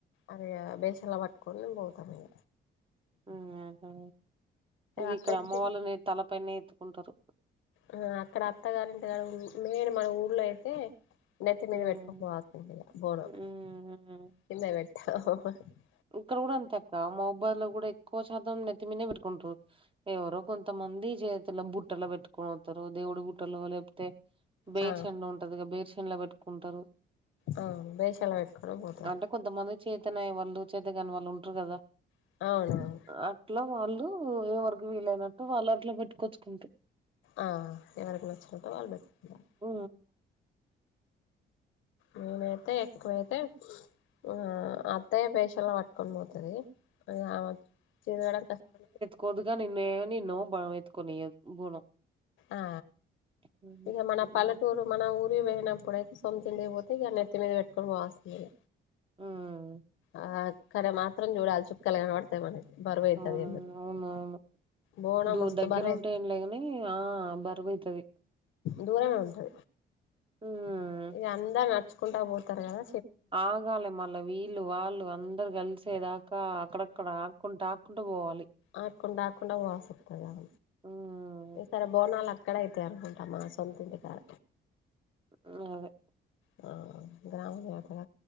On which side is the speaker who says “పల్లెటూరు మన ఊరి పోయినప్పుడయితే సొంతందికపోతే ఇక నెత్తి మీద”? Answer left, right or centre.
Left